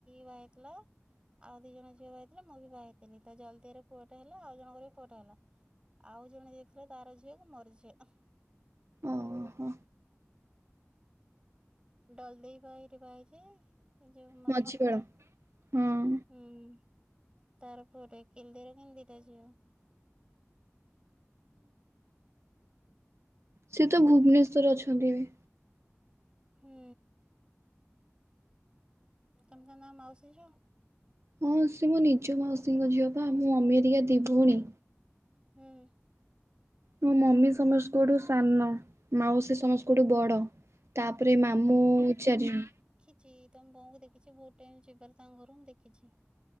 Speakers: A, on the right (about 20°); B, on the right (about 60°).
A: ବାହା ହେଇଥିଲା ଆଉ ଦି ଜଣ ଝିଅ ବାହା ହେଇଥିଲେ ମୁଁ ବି ବାହା ହେଇଥିଲି ତ ଜଲ ଦେଇରେ ପୁଅଟେ ହେଲା ଆଉ ଜଣଙ୍କର ବି ପୁଅଟେ ହେଲା। ଆଉ ଜଣେ ଯିଏ ଥିଲା ତାର ଝିଅ କୁ ମୋର ଝିଅ।
B: ଓହୋ
A: ଡଲ୍ ଦେଇ ପା ଏଇଠି ବାହା ହେଇଚି। ଏ ଯୋଉ ମଝିପାଳେ
B: ମଝି ବେଳ ହଁ।
A: ହୁଁ। ତାର ପୁଅଟେ କିଲି ଦେଇର କିନ୍ତୁ ଦିଟା ଝିଅ।
B: ସିଏ ତ ଭୁବନେଶ୍ଵର ଅଛନ୍ତି ଏବେ।
A: ହୁଁ। ତମେ ତାନ ଆ ମାଉସୀ ଝିଅ?
B: ହଁ ସେ ମୋ ନିଜ ମାଉସୀଙ୍କ ଝିଅ ପା ମୋ ମମି ହେରିକା ଦି ଭୋଉଣୀ।
A: ହୁଁ।
B: ମୋ ମମି ସମସକଠୁ ସାନ ମାଉସୀ ସମସକଠୁ ବଡ଼। ତାପରେ ମାମୁଁ ଚାରି ଜ
A: ଚି ତମ ବୋଉଙ୍କୁ ଦେଖିଚି ବହୁତ ଟାଇମ ଯିବାରେ ତାଙ୍କ ଘରୁ ମୁଁ ଦେଖିଚି।